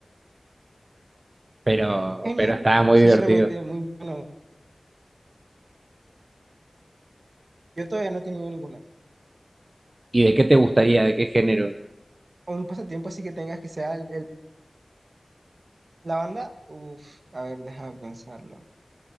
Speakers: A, on the right; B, on the right.
A: Pero,
B: Genial,
A: pero estaba muy
B: sinceramente,
A: divertido.
B: muy bueno. Yo todavía no he tenido ninguna.
A: ¿Y de qué te gustaría? ¿De qué género?
B: Un pasatiempo así que tengas que sea el, el- la banda, uff, a ver, déjame pensarlo.